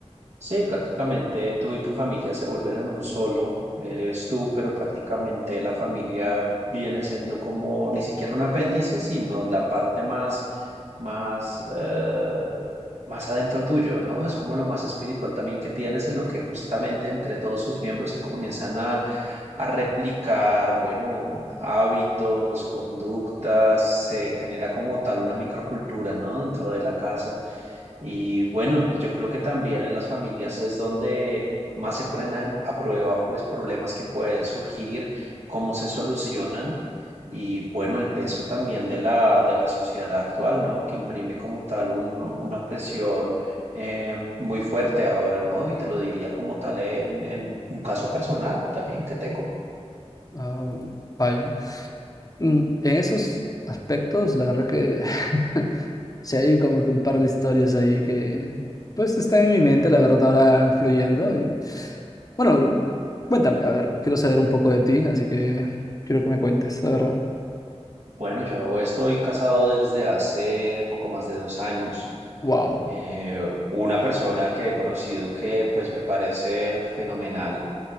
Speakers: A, on the right (about 85°); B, on the left (about 30°).
A: Sí, prácticamente tú y tu familia se volvieron un solo, eres tú, pero prácticamente la familia viene siendo como ni siquiera un apéndice, sino la parte más, más, eh, más adentro tuyo, ¿no? Es como lo más espiritual también que tienes, en lo que justamente entre todos sus miembros se comienzan a, a replicar, bueno, hábitos, conductas, se genera como tal una microcultura, ¿no? Dentro de la casa. Y bueno, yo creo que también en las familias es donde más se ponen a, a prueba pues problemas que pueden surgir, cómo se solucionan y bueno, el peso también de la, de la sociedad actual, ¿no? Que imprime como tal un- una presión eh, muy fuerte ahora, ¿no? Y te lo diría como tal en, en un caso personal también que tengo.
B: Ah, vaya. Mm, En esos aspectos, la verdad que <laughs> sí hay como que un par de historias ahí que pues están en mi mente, la verdad, ahora fluyendo. Y bueno, cuéntame, a ver, quiero saber un poco de ti, así que quiero que me cuentes, la verdad.
A: Bueno, yo estoy casado desde hace poco más de dos años.
B: Wow.
A: Eh, una persona que he conocido que pues me parece fenomenal